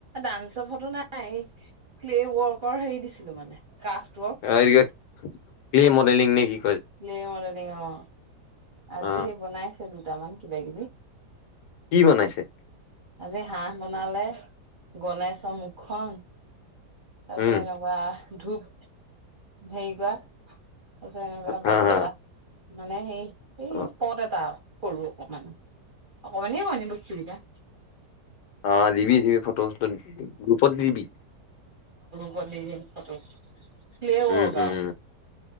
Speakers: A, on the right; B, on the left.
A: ডান্সৰ ফটো নাই। নাই ক্লে ৱৰ্কৰ হেৰি দিছিলোঁ মানে ক্ৰাফ্ট ৱৰ্ক।
B: অ কিবা ক্লে মডেলিং নেকি?
A: ক্লে অ মডেলিং অ আজি
B: অ
A: সেই বনাই আছে। দুটামান কিবা কিবি।
B: কি বনাইছে?
A: আজি হাঁহ বনালে গণেশ। তামুখন তাৰপিছত
B: উম
A: এনেকুৱা ধূপ। হেৰি কৰা তাৰিছত এনেকুৱা
B: হা
A: বাতি
B: হা
A: এটা মানে হে- এই
B: অ
A: পদ এটা কৰোঁ অকমান অকমানে মানে বস্তু কিটা।
B: অ দিবি দিবি ফটো ফটো গুপত দিবি।
A: গ'ল দি দিম ফটো। ক্লে ৱৰ্ক
B: উম উম
A: আৰু